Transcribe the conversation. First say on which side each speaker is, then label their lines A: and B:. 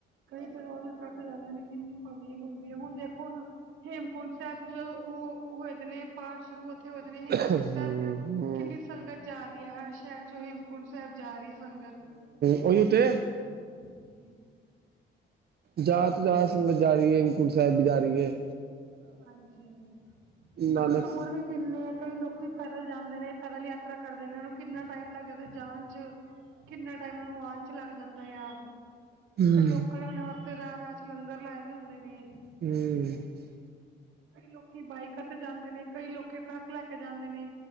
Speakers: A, on the right (about 80°); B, on the right (about 55°).
A: ਕਈ ਜਗ੍ਹਾ ਟਰੱਕ ਰਹਿੰਦੇ ਕਿੰਨੀ ਪਬਲਿਕ ਹੁੰਦੀ ਹੁਣ ਦੇਖੋ ਨਾ ਹੇਮਕੁੰਟ ਸਾਹਿਬ ਜਦੋਂ ਉਹ ਹੋਇ ਦੇ ਨੇ ਪਾਠ ਸ਼ੁਰੂ ਉੱਥੇ ਹੋਏ ਨੇ ਹੇਮਕੁੰਟ
B: ਹਮ ਹਮ
A: ਸਾਹਿਬ
B: ਹਮ
A: ਕਿੰਨੀ ਸੰਗਤ ਜਾ ਰਹੀ ਹੈ ਹਰ ਸ਼ਹਿਰ ਚੋ ਹੇਮਕੁੰਟ ਸਾਹਿਬ ਜਾ ਰਹੀ ਸੰਗਤ।
B: ਉਹਈ ਤੇ
A: ਜੀ।
B: ਜਾ ਤਾਂ ਜਾ
A: ਉੱਥੇ
B: ਸੰਗਤ
A: ਵੀ
B: ਜਾ ਰਹੀ ਏ ਹੇਮਕੁੰਟ ਸਾਹਿਬ ਵੀ ਜਾ ਰਹੀ ਏ।
A: ਹਾਂਜੀ ਦੇਖੋ
B: ਨਾਨਕ
A: ਦੂਰ ਇੰਨੇ ਆ ਕਈ ਲੋਕੀ ਪੈਦਲ ਜਾਂਦੇ ਨੇ ਪੈਦਲ ਯਾਤਰਾ ਕਰਦੇ ਨੇ ਉਹਨੂੰ ਕਿੰਨਾ ਟਾਈਮ ਲੱਗ ਜਾਂਦਾ ਜਾਣ ਚ। ਕਿੰਨਾ ਟਾਈਮ ਨੂੰ ਆਣ ਚ ਲੱਗ ਜਾਂਦਾ ਆ
B: ਹਮ
A: ਫਿਰ ਲੋਕਾਂ ਨੇ ਉਹਨਾਂ ਵਾਸਤੇ ਰਾ-ਰਾ 'ਚ ਲੰਗਰ ਲਾਏ ਦੇ ਹੁੰਦੇ ਨੇ।
B: ਹੂ,,,
A: ਕਈ ਲੋਕੀ ਬਾਈਕਾਂ ਤੇ ਜਾਂਦੇ ਨੇ ਕਈ ਲੋਕੀ ਟਰੱਕ ਲੈ ਕੇ ਜਾਂਦੇ ਨੇ